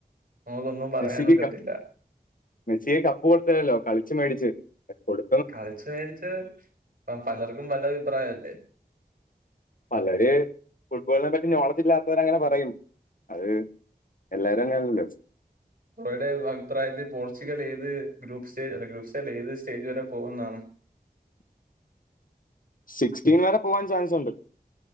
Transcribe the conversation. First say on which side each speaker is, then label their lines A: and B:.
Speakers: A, on the right; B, on the left.
A: നമുക്കൊന്നും പറയാനൊക്കത്തില്ല
B: മെസ്സിക്ക് കപ് മെസ്സിക്ക് കപ്പ് കൊടുത്തതല്ലല്ലോ കളിച്ചു മേടിച്ച് കപ്പ് കൊടു
A: കളിച്ചു മേടിച്ച ഇപ്പ പലർക്കും പല അഭിപ്രായംല്ലേ
B: പലര് ഫുട്ബോളിനെ പറ്റി നോളജ് ഇല്ലാത്തവർ അങ്ങനെ പറയും അഹ് എല്ലാരും അങ്ങനെല്ലെ
A: ബ്രോയുടെ അഭിപ്രായത്തിൽ പോർച്ചുഗൽ ഏത് ഗ്രൂപ്പ് സ്റ്റേജ് അല്ല ഗ്രൂപ്പ് സ്റ്റേൽ ഏത് സ്റ്റേജ് വരെ പോകുന്നാണ്
B: സിക്സ്റ്റീൻ വരെ പോവാൻ ചാൻസ് ഉണ്ട്